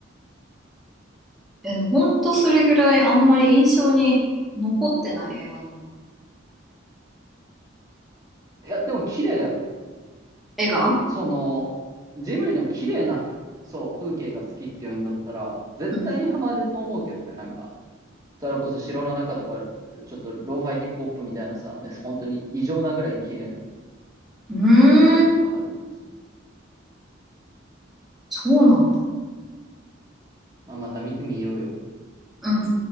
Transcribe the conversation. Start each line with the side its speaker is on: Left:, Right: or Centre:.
Centre: え、でもほんとそれぐらいあんまり印象に残ってない映画だな。
Right: いや、でも綺麗だよ。
Centre: 映画
Right: その、ジブリの綺麗な、そう、風景が好きっていうんだったら、絶対にハマると思うけどね、
Centre: うん。
Right: なんか。それこそ城の中とか、ちょっとローファイヒップホップみたいなさ、め本当に異常なぐらい綺麗な
Centre: うーん、
Right: 光景とかあるからさ。
Centre: そうなんだ。
Right: まあ、また見てみようよ。
Centre: うん。